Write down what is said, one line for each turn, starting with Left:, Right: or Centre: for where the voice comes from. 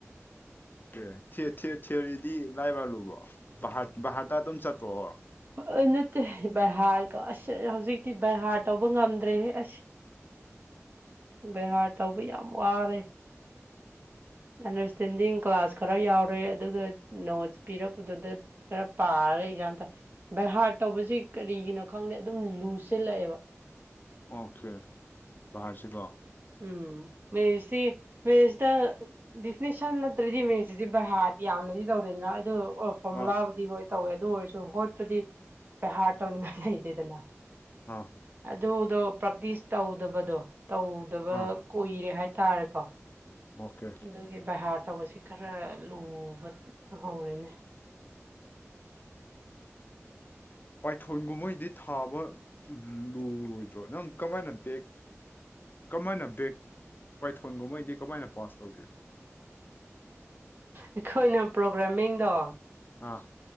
Left: ꯊꯦ ꯊꯦ ꯊꯤꯌꯣꯔꯤꯗꯤ ꯂꯥꯏꯕ꯭ꯔꯣ ꯂꯨꯕ꯭ꯔꯣ ꯕꯥꯏꯍꯥꯔꯗ ꯕꯥꯏꯍꯥꯔꯗ ꯇ ꯑꯗꯨꯝ ꯆꯠꯄ꯭ꯔꯣ
Right: <unintelligible> ꯅꯠꯇꯦ ꯕꯥꯏꯍꯥꯔꯗ ꯀꯥ ꯑꯁ ꯍꯧꯖꯤꯛꯇꯤ ꯕꯥꯏꯍꯥꯔꯗ ꯇꯧꯕ ꯉꯝꯗ꯭ꯔꯦꯍꯦ ꯑꯁ ꯕꯥꯏꯍꯥꯔꯗ ꯇꯧꯕ ꯌꯥꯝ ꯋꯥꯔꯦ ꯑꯟꯗꯔꯁꯇꯦꯟꯗꯤꯡ ꯀ꯭ꯂꯥꯁ ꯈꯔ ꯌꯥꯎꯔꯦ ꯑꯗꯨꯒ ꯅꯣꯠꯁ ꯄꯤꯔꯛꯄꯗꯨꯗ ꯈꯔ ꯄꯥꯔꯒ ꯑꯦꯛꯖꯥꯝ ꯊꯥꯏ ꯕꯥꯏꯍꯥꯔꯗ ꯇꯧꯕꯁꯤ ꯀꯔꯤꯒꯤꯅꯣ ꯈꯟꯗꯦ ꯑꯗꯨꯝ ꯂꯨꯁꯤꯜꯂꯛꯑꯦꯕ
Left: ꯑꯣꯈꯦ ꯕꯥꯔꯍꯥꯔꯗ ꯁꯤꯀꯣ
Right: ꯎꯝ <unintelligible> ꯗꯤꯐꯤꯅꯤꯁꯟ ꯅꯠꯇ꯭ꯔꯗꯤ ꯃꯦꯊꯁ ꯇꯗꯤ ꯕꯥꯏꯍꯥꯔꯗ ꯌꯥꯝꯅꯗꯤ ꯇꯧꯗ꯭ꯔꯦꯗꯅ ꯑꯣ ꯐꯣꯔꯃꯨꯂꯥꯕꯨꯗꯤ
Left: ꯑꯥ
Right: ꯍꯣꯏ ꯇꯧꯋꯦ ꯑꯗꯨ ꯑꯣꯏꯁꯨ ꯍꯣꯠꯄꯗꯤ ꯕꯥꯏꯍꯥꯔꯗ ꯇꯧꯅꯤꯡꯉꯥꯏ ꯂꯩꯇꯦꯗꯅ
Left: ꯑꯥ
Right: ꯑꯗꯨꯗ ꯄ꯭ꯔꯦꯛꯇꯤꯁ ꯇꯧꯗꯕꯗꯨ ꯇꯧꯗꯕ
Left: ꯑꯥ
Right: ꯀꯨꯏꯔꯦ ꯍꯥꯏꯇꯥꯔꯦꯀꯣ
Left: ꯃꯣꯈꯩ
Right: ꯑꯗꯨꯒꯤ ꯕꯥꯍꯥꯔ ꯇꯧꯕꯁꯤ ꯈꯔ ꯂꯨꯕ ꯍꯧꯔꯦꯅꯦ
Left: <unintelligible> ꯄꯥꯏꯊꯣꯟꯒꯨꯝꯕꯩꯗꯤ ꯊꯥꯕ ꯂꯔꯣꯏꯗ꯭ꯔꯣ ꯅꯪ ꯀꯃꯥꯏꯅ ꯄꯦꯛ ꯀꯃꯥꯏꯅ ꯕꯦꯛ ꯄꯥꯏꯊꯣꯟꯒꯨꯝꯍꯩꯗꯤ ꯀꯃꯥꯏꯅ ꯄꯥꯁ ꯇꯧꯔꯤꯔꯦ
Right: ꯑꯩꯈꯣꯏꯅ ꯄ꯭ꯔꯣꯒ꯭ꯔꯥꯃꯤꯡꯗꯣ
Left: ꯑꯥ